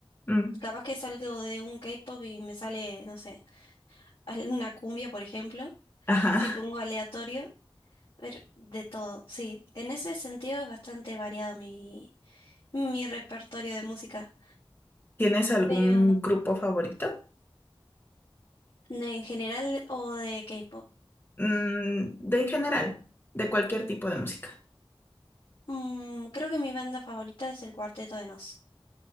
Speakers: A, on the left; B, on the left.
A: Mm,
B: Capaz que salgo de un K-pop y me sale, no sé, una cumbia, por ejemplo.
A: ajá.
B: Si pongo aleatorio, ver de todo. Sí, en ese sentido es bastante variado mi, mi repertorio de música.
A: ¿Tienes algún
B: Pero
A: grupo favorito?
B: de- en general o de K-pop.
A: Mm, de en general, de cualquier tipo de música.
B: mm, creo que mi banda favorita es el Cuarteto de Nos.